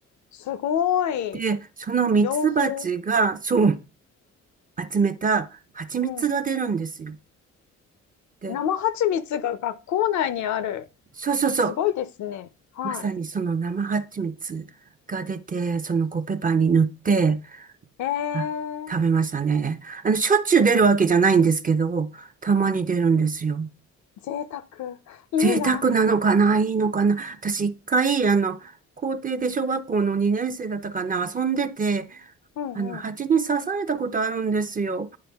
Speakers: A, on the left; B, on the right.
A: すごい。
B: で、そのミツバチが、
A: 養蜂。
B: そう、集めた蜂蜜が出るんですよ。
A: うん、うん。
B: で、
A: 生蜂蜜が学校内にある。
B: そうそうそう、
A: すごいですね。は
B: まさにその生蜂蜜が出て、そのコッペパンに塗って、
A: い。
B: あ、
A: ええ
B: 食べましたね。あの、しょっちゅう出るわけじゃないんですけど、たまに出るんですよ。
A: ー、贅沢。いいな。
B: 贅沢なのかないいのかな私一回、あの、校庭で小学校の2年生だったかな遊んでて、
A: うん、
B: あの、蜂に刺されたことあるんですよ。
A: うん。